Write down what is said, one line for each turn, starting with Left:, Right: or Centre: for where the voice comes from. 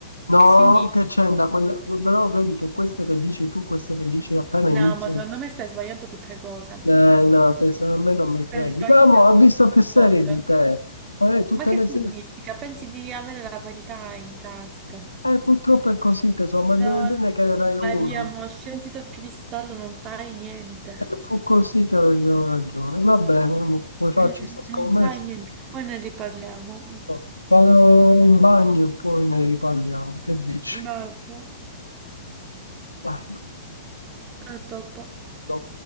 Left: No,
Right: Che significa?
Left: che c'entra, quella- però vedi che queste che dici tu, queste che dici appena
Right: No,
Left: iniziano,
Right: ma secondo me stai sbagliando tutte cose.
Left: eh, no, te, se- a me non mi freghi.
Right: Stai sbagliando
Left: Ma mo, ho visto
Right: tutte
Left: più serie
Right: cose.
Left: di te, Eh, tutte
Right: Ma che
Left: le serie,
Right: significa? Pensi di avere la verità in tasca?
Left: eh, purtroppo è così, te so, ma non
Right: No,
Left: è che ne Rai uno.
Right: Maria, mo scendi dal piedistallo, non sai niente.
Left: E fu così che avevo ragione. Va bene, mo, vuoi farci
Right: Mm,
Left: questa scommessa?
Right: Non sai niente, poi ne riparliamo. Mm,
Left: No. Vado in bagno e poi ne riparliamo. Che dici?
Right: Vabbè,
Left: Dai.
Right: a dopo.
Left: No.